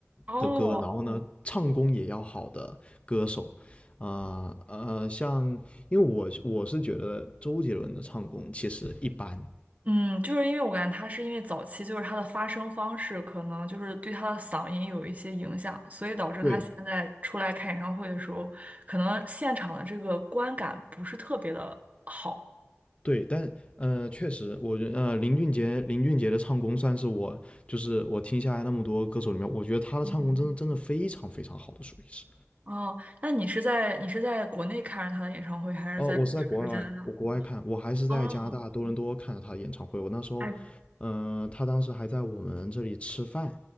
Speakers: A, on the right; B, on the left.
A: 哦，
B: 的歌，然后呢，唱功也要好的歌手，啊呃，呃像因为我我是觉得周杰伦的唱功其实一般，
A: 嗯，就是因为我感觉他是因为早期就是他的发声方式可能就是对他的嗓音有一些影响，所以导致他现在出来开演唱会的时候，
B: 对
A: 可能现场的这个观感不是特别的好。
B: 对，但呃，确实，我觉呃，林俊杰林俊杰的唱功算是我就是我听下来那么多歌手里面，我觉得他的唱功真的真的非常非常好的，
A: 嗯，
B: 属于是。
A: 哦，那你是在你是在国内看着他的演唱会，还是在就是加拿大？
B: 哦，我是在国外，我国外看，我还是在加拿大多伦多看了他的演唱会。
A: 哦，
B: 我那时候，
A: 哎。
B: 嗯、他当时还在我们这里吃饭，